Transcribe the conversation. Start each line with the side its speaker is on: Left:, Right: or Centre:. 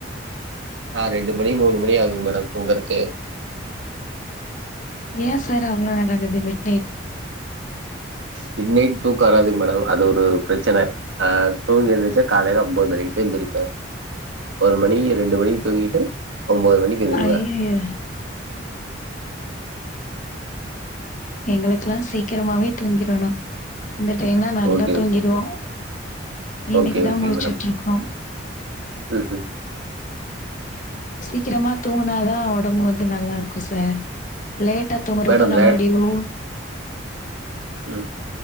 Right: நா ரெண்டு மணி மூணு மணி ஆகும் மேடம் தூங்கறக்கு
Left: ஏன் சார் அவள நேர <unintelligible>
Right: மிட்நைட் தூக்க வராதுங் மேடம் அது ஒரு பிரச்சன ஆ தூங்கி எந்துரிச்சா காலையில ஒன்பது மணி எந்திரிப்ப ஒரு மணி ரெண்டு மணிக்கு தூங்கிட்டு ஒம்போது மணிக்கு எந்திருப்ப
Left: ஐயய்ய எங்களுக்லா சீக் சீக்கிரமாவே தூங்கிரணு இந்த டைம்லா நல்லா
Right: ஓகே
Left: தூங்கிடுவோ
Right: ஓகே
Left: இன்னைக்குதா
Right: ஓகே ஓகேங்க
Left: முலிச்சிட்டு
Right: மேடம்
Left: இருக்கோ
Right: ம் ம்
Left: சீக்ரமா தூங்குனாதா ஒடம்பு வந்து நல்லா இருக்கு சார் லேட்டா தூங்குறப்போ
Right: மேடம்
Left: நம்மொளோடய
Right: லேட்
Left: ஒ
Right: ம்